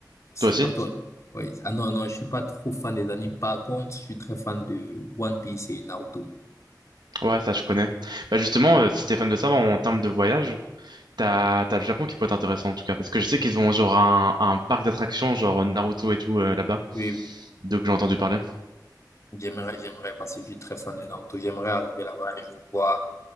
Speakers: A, on the left (about 45°); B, on the right (about 75°).
A: C'est
B: Toi aussi?
A: quoi toi? Ouais. Ah non, non, je suis pas trop fan des animes. Par contre, je suis très fan de One Piece et Naruto.
B: Ouais, ça, je connais. Bah, justement, euh, si t'es fan de ça, bah, en termes de voyage, t'as, t'as le Japon qui peut être intéressant, en tout cas. Parce que je sais qu'ils ont genre un, un parc d'attractions, genre Naruto et tout, euh, là-bas.
A: Oui, oui, oui.
B: Donc, j'ai entendu parler.
A: J'aimerais, j'aimerais, parce que je suis très fan de Naruto. J'aimerais arriver là-bas un jour, voir,